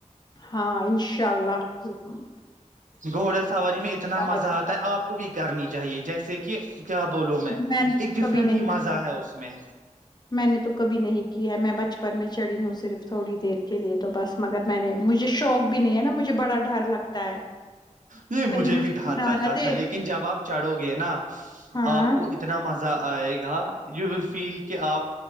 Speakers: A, on the left; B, on the right.
A: ہاں انشاء اللہ ہاں
B: گھوڑا سواری میں اتنا مزہ
A: تو
B: آتا ہے آپ کو بھی کرنی چاہیے جیسے کہ کیا بولو
A: میں نے
B: ایک
A: تو
B: ڈفرینٹ
A: کبھی نہیں
B: ہی مزہ
A: کی
B: ہے اس میں
A: میں نے تو کبھی نہیں ہے میں بچپن پر میں چڑھیی ہوں صرف تھوڑی دیر کے لیے تو بس مگر میں نے مجھے شوق بھی نہیں ہے نا مجھے بڑا ڈر لگتا ہے
B: یہ
A: کہیں
B: مجھے بھی ڈار
A: گھرانا
B: لگتا
A: دے
B: تھا لیکن جب آپ چڑھو گے نا
A: ہاں
B: آپ کو انا اتنا مزہ آئے گا یو ول فیل کہ آپ